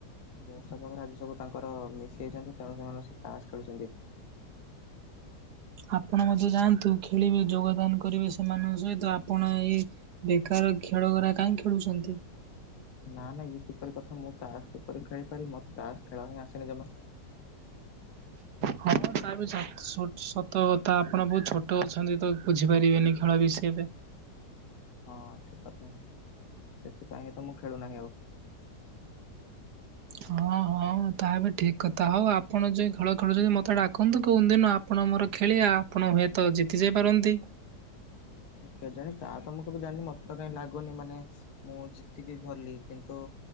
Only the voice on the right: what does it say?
ଆପଣ ମଧ୍ୟ ଯାଆନ୍ତୁ ଖେଳିବେ ଯୋଗଦାନ କରିବେ ସେମାନଙ୍କ ସହିତ ଆପଣ ଏଇ ବେକାର ଖେଳଗରା କାଇଁ ଖେଳୁଛନ୍ତି?
ହଁ ତା ବି ସ ସ ସତ କଥା ଆପଣ ବହୁତ ଛୋଟ ଅଛନ୍ତି ତ ବୁଝିପାରିବେନି ଖେଳ ବିଷୟରେ।
ହଁ ହଁ ତା ବି ଠିକ କଥା ହଉ ଆପଣ ଯୋଉ ଖେଳ ଖେଳୁଛନ୍ତି ମତେ ଡାକନ୍ତୁ କୋଉ ଦିନ ଆପଣ ମୋର ଖେଳିଆ ଆପଣ ହୁଏତ ଜିତିଯାଇ ପାରନ୍ତି?